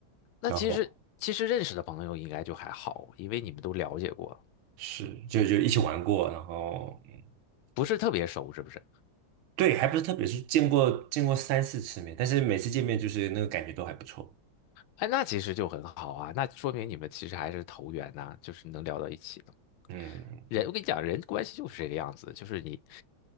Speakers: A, on the left (about 80°); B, on the right (about 80°).
A: 那其实其实认识的朋友应该就还好，
B: 然后
A: 因为你们都了解过，
B: 是就就一起玩过，然后嗯
A: 不是特别熟，是不是？
B: 对，还不是特别是见过见过三四次面，但是每次见面就是那个感觉都还不错，
A: 哎，那其实就很好啊，那说明你们其实还是投缘呐、就是能聊到一起的。
B: 嗯，
A: 人，我跟你讲，人关系就是这个样子，就是你